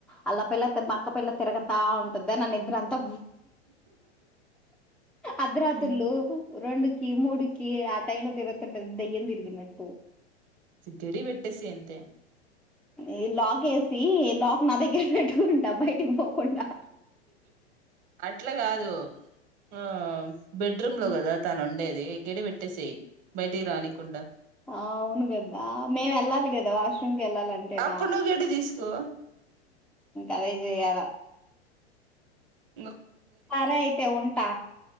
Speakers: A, in the centre; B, on the right.
A: అలా పల్ల బా పల్ల త తెరగ ఆ ఉంటుది నన్న ఇద్ద్ర అంతా అర్ధరాత్రులు
B: ఉమ్
A: రెండుకి మూడుకి ఆ టైంలో తిరుగుతుంటది దయ్యం తిరిగినట్టు
B: గడి పెట్టేసేయ్ అంతే
A: ఈ లాక్ వేసి ఈ లాక్ నా దగ్గర పెట్టుకుంటా బయ టికీ పోకుండా
B: అట్ల కాదు ఆ బెడ్ బ్రూమ్ లో కదా తను ఉండేది గడి పెట్టేసేయ్ బయటికి రానికుండా
A: ఆ అవును కదా మేము వెళ్ళాలి కదా వాష్రూమ్ కెళ్ళాలంటేనా
B: అప్పుడు నువ్వు గడ్డి తీసుకో
A: అరే చేయాల
B: ఉ
A: సరే అయితే ఉంటా